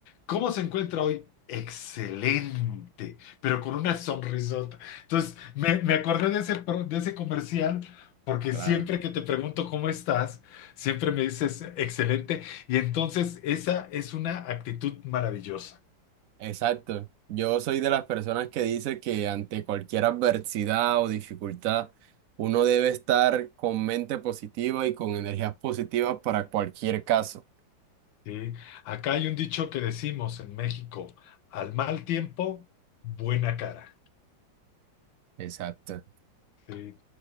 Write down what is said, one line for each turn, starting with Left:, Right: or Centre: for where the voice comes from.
Left: ¿Cómo se encuentra hoy? Excelente, pero con una sonrisota. Entonces, me, me acordé de ese, pro- de ese comercial porque
Right: claro.
Left: siempre que te pregunto cómo estás, siempre me dices excelente. Y entonces esa es una actitud maravillosa.
Right: Exacto. Yo soy de las personas que dice que ante cualquier adversidad o dificultad, uno debe estar con mente positiva y con energías positivas para cualquier caso.
Left: ¿sí? Acá hay un dicho que decimos en México, al mal tiempo, buena cara.
Right: Exacto.
Left: ¿sí?